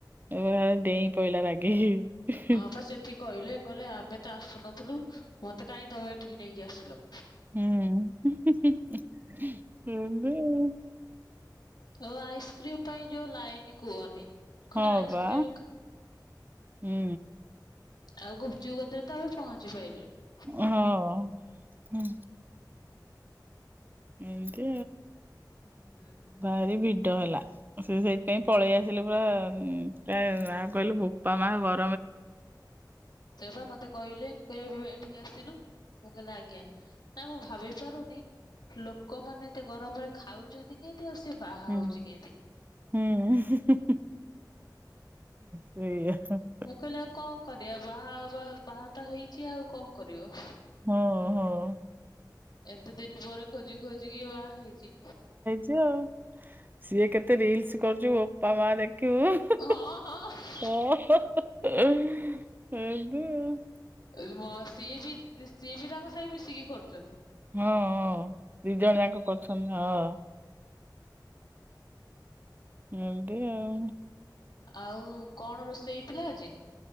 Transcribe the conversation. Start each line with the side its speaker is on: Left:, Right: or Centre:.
Right: ଓ ଡେଇଁ ପଇଲା ରାଗିକି।
Left: ହଁ ପା ସେଠି କହିଲେ କହିଲେ ଆମେ ତ ଆସୁନଥିଲୁ ମତେ କାଇଁ ତମେ ଏଠିକି ନେଇକି ଆସିଲ?
Right: ହୁଁ ହଁ ତ ଆଉ।
Left: ଓ ଆଇସ୍କ୍ରିମ୍ ପାଇଁ ଯୋଉ ଲାଇନି କୁହନି। ଖଣ୍ଡେ
Right: ହଁ
Left: ଆଇସ୍କ୍ରିମ
Right: ପା ଉଁ।
Left: ଆଉ ଗୁପଚୁପ କତିରେ ତ ଆମେ ପହଞ୍ଚି ପାଇଲୁନି।
Right: ଓ ହଁଅ। ଏମତି
Left: ହୁଁ
Right: ଭାରି ଭିଡ ହେଲା ଆ ସେ ସେଇ ସେଥିପାଇଁ ପଳେଇ ଆସିଲେ ପା ଉଁ ପୁରା ଆଉ କହିଲେ ବୋପା ମାଆ ଗ
Left: ଗରମରେ କିଏ ରହିବ। ସେ ପା ମତେ କହିଲେ କହିଲେ ଏଠିକି ଆସିଲୁ ମୁଁ କହିଲି ଆଜ୍ଞା। ନା ମୁଁ ଭାବିପାରୁନି ଲୋକମାନେ ଏତେ ଗରମରେ ଖାଉଚନ୍ତି କେମତି ଆଉ ସିଏ ବାହାହୋଉଚି
Right: ହୁଁ
Left: କେମତି।
Right: ହୁଁ ସେଇୟା ପା।
Left: ମୁଁ କହିଲି ଆଉ କଣ କରିବା ବାହା ହବା ବାହା ତ ହେଇଚି ଆଉ କଣ କରିବ।
Right: ହଁ ହଁ।
Left: ଏତେ ଦିନ ପରେ ଖୋଜି ଖୋଜିିକି ବାହାହେଇଚି।
Right: ଆ ସିଏ କେତେ ରିଲିସ୍ କରୁଚି ବୋପା ମାଆ ଦେଖିବୁ।
Left: ହଁ ହଁ
Right: ଓ ହୋ ହୋ ଏମତି ଆଉ।
Left: ଉ ମ ସିଏ ବି ସିଏ ବି ତାଙ୍କ ସାଙ୍ଗେ ମିଶିକି କରୁଚନ୍ତି।
Right: ହଁଁଅଁ ଦିଜଣ ଯାକ କରୁ ଚନ୍ତି ହଁ ଏମତି ଆଉ।
Left: ଆଉ କଣ ରୋଷେଇ ହେଇଥିଲା ଆଜି।